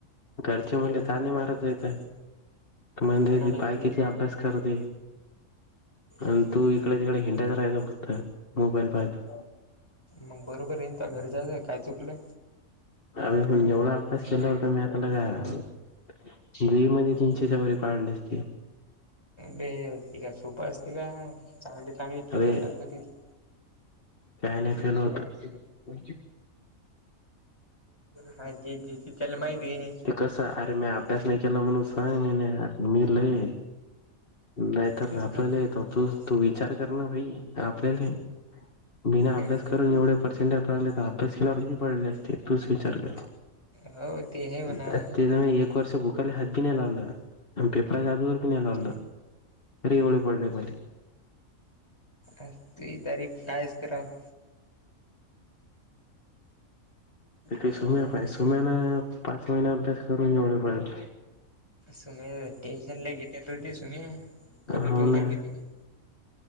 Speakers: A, on the left; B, on the left.
A: घरचे मुले तने मारत राेत म्हण
B: कोणाला
A: पाय
B: तुले
A: किती अभ्यास करते. अ
B: हम्म.
A: तु इकडे तकडे हंड्या तरा बघत मोबाईल बायत.
B: मग बरोबर येईन का घरच्याच आहे काय चुकलं.
A: आम्ही पण जवढा अभ्यास केला होता मी आला ग. दवी मध्ये तीनशेच्या वरी पाळले अस ते.
B: बेका सूपर असते का. चांगली चांगली फेमतात
A: अरे
B: ना तिथे.
A: काय नाही फेल होतो
B: ह अदी चल माही बहीने.
A: कस अरे मी अभ्यास नाही केला म्हणून सांग नर मी लय नाही तर
B: तेच
A: आपल्याला
B: ना मग
A: आहे तू तू विचार कर ना भाई आपल्याला आहे मीना अभ्यास
B: अं,
A: करून एवढे पर्सेंटेजगले तर अभ्यास केलावरी पडले असते तूच विचार कर
B: हो ते आहे म्हणा
A: प्रक्ते त एक बूक वर्ष बुकली हद्दी दिन लावलं पेपरज वर बी नाही लावललं रे एओढ पडले मला
B: अ तुही तारीख कायच कराव
A: तथ
B: ते
A: सुम्या
B: का
A: पाहि सोम्याना पाच महिना अभ्यास करून एवढे पाहिज
B: सुमह टेन्शनला घेते रुध सुमह कमी
A: हो
B: टेन्शन
A: ना
B: घेते का